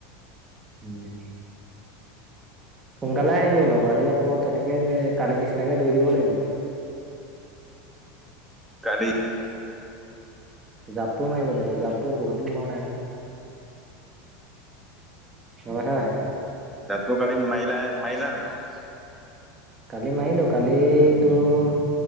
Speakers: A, on the right (about 25°); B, in the centre.
A: <inaudible> সোনকালে আহিবি অলপ আজি আকৌ তেনেকে কালি নিচিনাকে দৈ দিব লাগিব।
B: কালি
A: জাপটোও মাৰিব লাগিব জাপটো বহুত দিন মৰা নাই নহয়। গম পাইছা নাই?
B: জাপটো কালি মাৰিলা মাৰিলা নাই বাৰু?
A: কালি মাৰিলো, কালি তোৰ